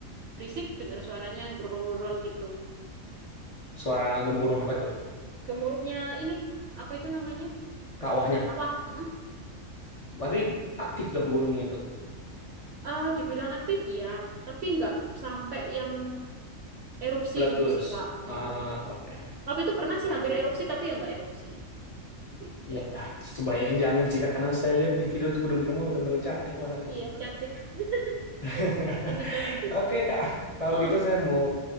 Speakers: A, on the right; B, on the left.
A: berisik dengar suaranya brul gitu.
B: Suara gemuruh apa tuh?
A: Gemuruhnya ini apa itu namanya?
B: Kawahnya.
A: Kawah. Hmm.
B: Berarti aktif dong gunungnya itu.
A: Ah, dibilang aktif iya, tapi nggak sampai yang erupsi
B: Meletus.
A: gitu sih Kak.
B: Ah,
A: Mm-mm.
B: oke.
A: Waktu itu pernah sih
B: Oh,
A: hampir erupsi, tapi ya nggak erupsi gitu.
B: Iya, sebaiknya jangan sih Kak, karena saya lihat di video tuh gunung Bromo udah bener cantik banget
A: Iya,
B: itu.
A: cantik, <laughs>
B: <laughs>
A: cantik banget itu.
B: Oke Kak, kalau
A: Heeh,
B: gitu saya mau